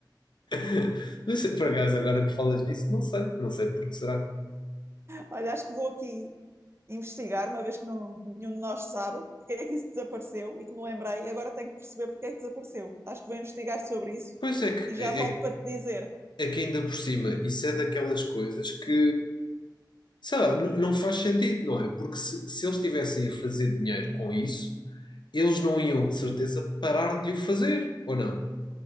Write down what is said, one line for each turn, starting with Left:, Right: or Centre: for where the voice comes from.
Left: <laughs> Mas por acaso, agora que falas nisso, não sei, não sei porque será.
Right: Olha, acho que vou aqui investigar, uma vez que não, nenhum de nós sabe. Porque é que isso desapareceu e que me lembrei, e agora tenho que perceber porque é que desapareceu. Acho que vou investigar sobre isso
Left: Pois é que,
Right: e já
Left: é,
Right: volto para
Left: é
Right: te dizer.
Left: é que ainda por cima, isso é daquelas coisas que, sei lá, n- não faz sentido, não é? Porque se, se eles estivessem a fazer dinheiro com isso, eles não iam de certeza parar de o fazer, ou não?